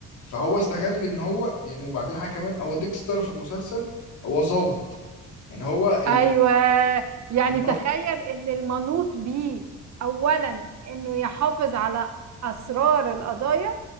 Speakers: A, on the left (about 80°); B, on the right (about 65°).
A: فهو استغل ان هو يعني وبعدين حاجه كمان هو ديكستر في المسلسل هو ظابط يعني هو اللي
B: ايوه يعني
A: ان
B: تخيل
A: هو
B: ان المنوط بيه اولا انه يحافظ على اسرار القضايا